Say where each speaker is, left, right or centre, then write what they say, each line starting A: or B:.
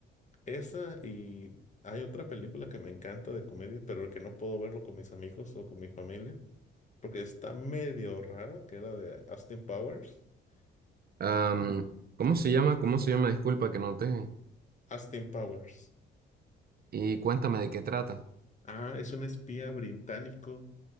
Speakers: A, on the left; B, on the right.
A: Esa y hay otra película que me encanta de comedia, pero que no puedo verlo con mis amigos o con mi familia, porque está medio rara, que era de Austin Powers.
B: Am,
A: Este,
B: ¿cómo se llama? ¿Cómo se llama? Disculpa que no te...
A: Austin Powers.
B: Y cuéntame de qué trata.
A: Ah, es un espía británico